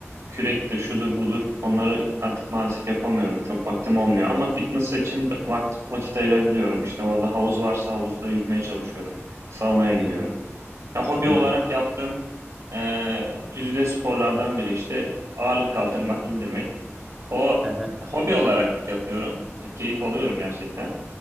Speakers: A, on the right; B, in the centre.
A: kürektir, şudur budur. Onları artık maalesef yapamıyorum. Çok vaktim olmuyor. Ama fitness için vakt- vakit ayırabiliyorum. İşte orada havuz varsa havuzda yüzmeye çalışıyorum. Saunaya
B: Hı
A: gidiyorum.
B: hı
A: Ya, hobi
B: hı
A: olarak
B: hı.
A: yaptığım e, güzide sporlardan biri işte ağırlık kaldırmak, indirmek. O
B: Hı hı,
A: hobi olarak yapıyorum. Keyif alıyorum gerçekten.